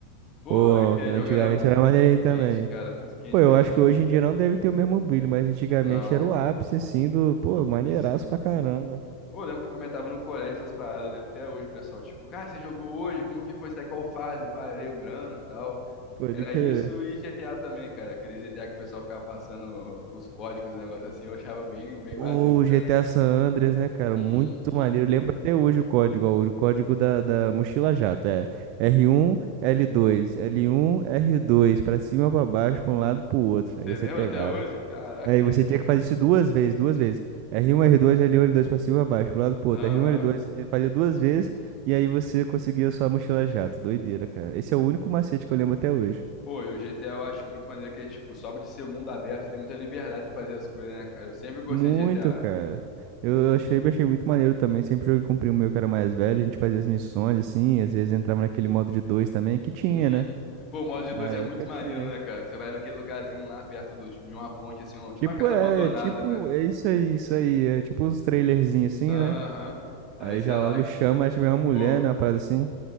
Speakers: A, on the left; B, on the right.
A: Pô,
B: Pô,
A: aquele
B: que antigamente
A: jogo era muito
B: era maneirinho também.
A: quente, cara, muito quente
B: Pô,
A: aquele
B: eu acho
A: jogo.
B: que hoje em dia não deve ter o mesmo brilho, mas antigamente
A: Não,
B: era o ápice, assim, do, pô, maneiraço
A: sim.
B: pra caramba.
A: Pô, eu lembro que comentava no colégio essas paradas, eu lembro até hoje, o pessoal, tipo, cara, você jogou hoje? Como que foi? Você tá em qual fase? Pá, lembrando e tal.
B: Pode
A: Era
B: crer.
A: isso e GTA também, cara. Aquele GTA que o pessoal ficava passando <laughs> os códigos, e negócio assim, eu achava bem, bem maneiro,
B: Ô, GTA
A: cara.
B: San Andreas, né, cara?
A: Uhum.
B: Muito maneiro. Lembro até hoje o código, ó, o código da, da mochila jato. É R1, L2, L1, R2, pra cima, pra baixo, pra um lado, pro outro.
A: Você
B: Aí você
A: lembra
B: pegava.
A: até hoje? Caraca,
B: Aí você tinha que fazer isso duas vezes, duas vezes. R1, R2, L1, L2, pra cima, pra baixo, pro lado, pro
A: Aham.
B: outro. R1, L2, ele fazia duas vezes, e aí você conseguia a sua mochila jato. Doideira, cara. Esse é o único macete que eu lembro até hoje.
A: Pô, e o GTA eu acho muito maneiro que é, tipo, só de ser um mundo aberto, você tem muita liberdade de fazer as coisas, né, cara? Eu sempre gostei
B: Muito,
A: de GTA.
B: cara. Eu eu achei, achei muito maneiro também. Sempre joguei com o primo meu que era mais velho. A gente fazia as missões, assim. Às vezes entrava naquele modo de dois também, que tinha,
A: Uhum.
B: né?
A: Pô, o modo de
B: Na
A: dois
B: época
A: é muito maneiro,
B: tinha.
A: né, cara? Que você vai naquele lugarzinho lá perto do, tipo, de uma ponte, assim, um- tipo
B: Tipo,
A: uma casa
B: é,
A: abandonada,
B: tipo,
A: né?
B: é isso aí, isso aí. É tipo uns trailerzinhos assim,
A: Aham.
B: né?
A: Aí,
B: Aí
A: sei
B: já
A: lá,
B: logo chama, acho que vem uma mulher,
A: pô.
B: né? Uma parada assim.